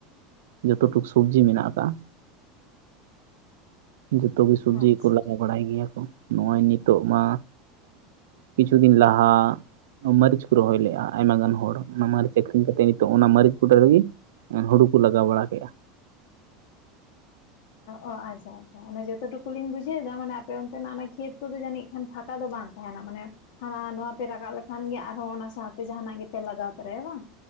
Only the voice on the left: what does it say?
ᱟᱪᱪᱷᱟ
ᱚ ᱟᱪᱪᱷᱟ ᱟᱪᱪᱷᱟ ᱚᱱᱮ ᱡᱚᱛᱚ ᱴᱩᱠᱩ ᱞᱤᱧ ᱵᱩᱡᱷᱟᱹᱣ ᱮᱫᱟ ᱢᱟᱱᱮ ᱟᱯᱮ ᱚᱱᱛᱮᱱᱟᱜ ᱚᱱᱟ ᱠᱷᱮᱛ ᱠᱚᱫᱚ ᱡᱟᱹᱱᱤᱡ ᱮᱱᱠᱷᱟᱱ ᱯᱷᱟᱸᱠᱟ ᱫᱚ ᱵᱟᱝ ᱛᱟᱦᱮᱱᱟ ᱢᱟᱱᱮᱼᱼ ᱦᱟᱱᱟ ᱱᱚᱣᱟ ᱯᱮ ᱨᱟᱠᱟᱵ ᱞᱮᱠᱷᱟᱱ ᱜᱮ ᱟᱨᱦᱚᱸ ᱚᱱᱟ ᱥᱟᱶᱛᱮ ᱡᱟᱦᱟᱱᱟᱜ ᱜᱮᱯᱮ ᱞᱟᱜᱟᱣ ᱛᱚᱨᱟᱭᱟ ᱵᱟᱝ?